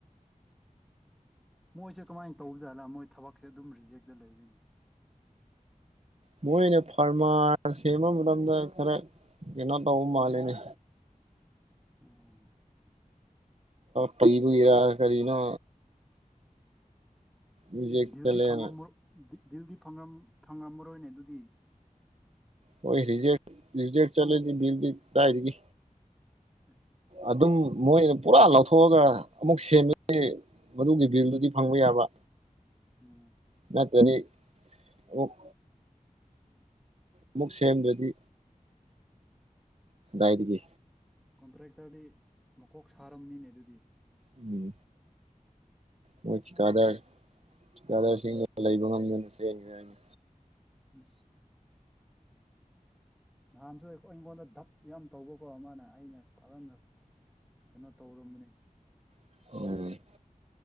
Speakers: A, in the centre; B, on the right.
A: ꯃꯣꯏꯁꯦ ꯀꯃꯥꯏꯅ ꯇꯧꯕꯖꯥꯠꯂ ꯃꯣꯏ ꯊꯕꯛꯁꯦ ꯑꯗꯨꯝ ꯔꯤꯖꯦꯛꯇ ꯂꯩꯔꯦꯅꯦ
B: ꯃꯣꯏꯅ ꯐꯥꯔꯃꯔ ꯁꯦꯝꯕ ꯃꯇꯝꯗ ꯈꯔ ꯀꯩꯅꯣ ꯇꯧꯕ ꯃꯥꯜꯂꯦꯅꯦ
A: ꯎꯝ
B: ꯄꯩꯕꯒꯤꯔ ꯀꯔꯤꯅ ꯔꯤꯖꯦꯛ
A: ꯕꯤꯜꯗꯤ
B: ꯆꯠꯂꯦꯅ
A: ꯐꯪꯉꯝ ꯕꯤꯜꯗꯤ ꯐꯪꯉꯝꯃꯔꯣꯏꯅꯦ ꯑꯗꯨꯗꯤ
B: ꯍꯣꯏ ꯔꯤꯖꯦꯛ ꯔꯤꯖꯦꯛ ꯆꯠꯂꯗꯤ ꯕꯤꯜꯗꯤ ꯀꯗꯥꯏꯗꯒꯤ
A: ꯑꯁ
B: ꯑꯗꯨꯝ ꯃꯣꯏꯅ ꯄꯨꯔꯥ ꯂꯧꯊꯣꯛꯑꯒ ꯑꯃꯨꯛ ꯁꯦꯝꯃꯗꯤ ꯃꯗꯨꯒꯤ ꯕꯤꯜꯗꯨꯗꯤ ꯐꯪꯕ ꯌꯥꯕ
A: ꯎꯝ
B: ꯅꯠꯇꯗꯤ ꯑꯃꯨꯛ ꯑꯃꯨꯛ ꯁꯦꯝꯗ꯭ꯔꯗꯤ ꯀꯗꯥꯏꯗꯒꯤ
A: ꯀꯣꯟꯇ꯭ꯔꯦꯛꯇꯔꯗꯤ ꯃꯀꯣꯛ ꯁꯥꯔꯝꯅꯤꯅꯦ ꯑꯗꯨꯗꯤ
B: ꯎꯝ ꯃꯣꯏ ꯊꯤꯀꯥꯗꯥꯔ ꯊꯤꯀꯗꯥꯔꯁꯤꯡꯗꯨ ꯂꯩꯕ ꯉꯝꯗꯅ ꯆꯦꯟꯈ꯭ꯔꯦ ꯍꯥꯏꯅꯦ
A: ꯑꯁ ꯅꯍꯥꯟꯁꯨ ꯑꯩꯉꯣꯟꯗ ꯙꯞ ꯌꯥꯝ ꯇꯧꯕꯀꯣ ꯃꯥꯅ ꯑꯩꯅ ꯊꯥꯛꯍꯟꯅ ꯀꯩꯅꯣ ꯇꯧꯔꯝꯕꯅꯦ
B: ꯑꯥ